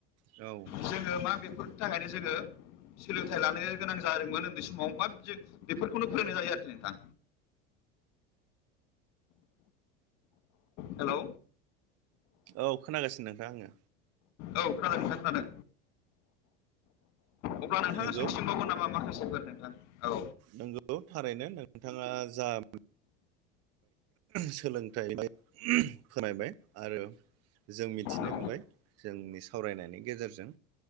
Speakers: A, on the right; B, on the left.
A: हागोन औ
B: जोङो मा बेफोरनि थाखायनो जोङो सोलोंथाइ लानो गोनां जादोंमोन उन्दै समाव बा जों बेफोरखौनो फोरोंनाय जायो आरो जेनबा। हेलौ
A: औ खोनागासिनो नोंथां आङो।
B: औ खोनादों नोंथां खोनादों। अब्ला नोंथाङा
A: नोंगौ
B: सोंथि सोंबावगोन नामा माखासेफोर नोंथां। औ।
A: नंगौ थारैनो नोंथाङा जा बु सोलोंथाइ खोनायबाय आरो <unintelligible> जों मिथिनो
B: औ
A: मोनबाय जोंनि सावरायनायनि गेजेरजों।